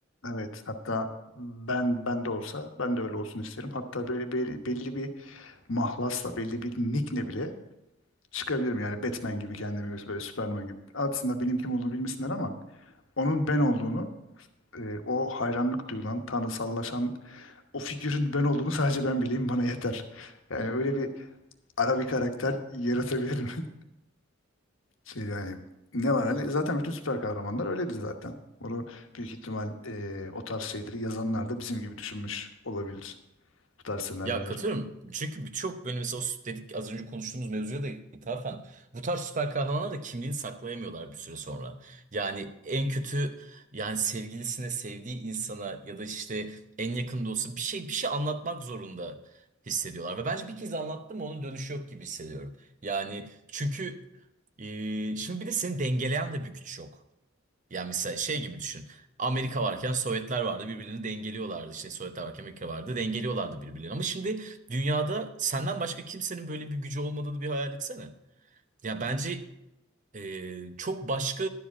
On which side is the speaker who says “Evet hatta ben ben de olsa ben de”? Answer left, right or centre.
Left